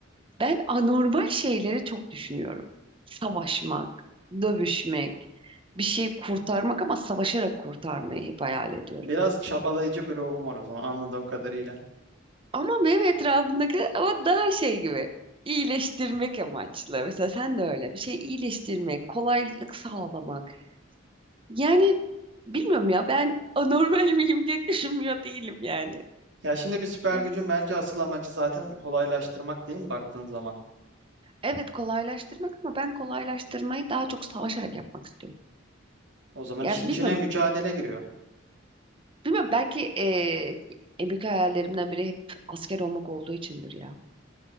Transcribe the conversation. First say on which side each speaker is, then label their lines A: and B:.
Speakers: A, on the right; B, on the right.
A: Ben anormal şeyleri çok düşünüyorum. Savaşmak, dövüşmek, bir şeyi kurtarmak ama savaşarak kurtarmayı hep hayal ediyorum.
B: Biraz çabalayıcı bir ruhum var o zaman anladığım kadarıyla.
A: Ama benim etrafımdakiler ama daha şey gibi iyileştirmek amaçlı. Mesela sen de öyle bir şey iyileştirmek, kolaylık sağlamak. Yani bilmiyorum ya ben anormal <laughs> miyim diye düşünmüyor değilim yani.
B: Ya şimdi bir süper
A: Yani
B: gücün bence asıl amacı zaten kolaylaştırmak değil mi baktığın zaman?
A: evet kolaylaştırmak ama ben kolaylaştırmayı daha çok savaşarak yapmak istiyorum.
B: O zaman
A: Ya
B: işin içine
A: bilmiyorum,
B: mücadele giriyor.
A: bilmiyorum belki eee, en büyük hayallerimden biri hep asker olmak olduğu içindir ya.